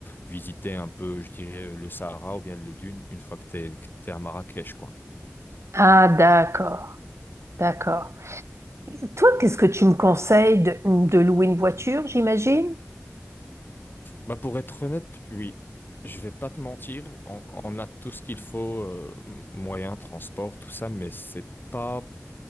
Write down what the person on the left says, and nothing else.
visiter un peu je dirais le Sahara ou bien les dunes une fois que t'es que t'es à Marrakech quoi.
Bah pour être honnête, oui. Je vais pas te mentir, on, on a tout ce qu'il faut, euh, m- moyens, transport, tout ça, mais c'est pas,